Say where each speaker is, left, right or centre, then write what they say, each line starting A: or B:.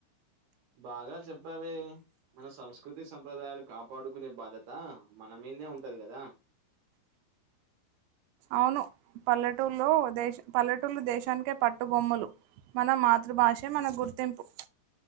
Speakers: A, on the right; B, on the right.
A: బాగా జెప్పావే మన సంస్కృతి సంప్రదాయాలు కాపాడుకునే బాధ్యత మన మిందే ఉంటది గదా
B: అవును పల్లెటూల్లో దేష పల్లెటూళ్ళు దేశానికే పట్టుబొమ్ములు మన మాతృభాషే మన గుర్తింపు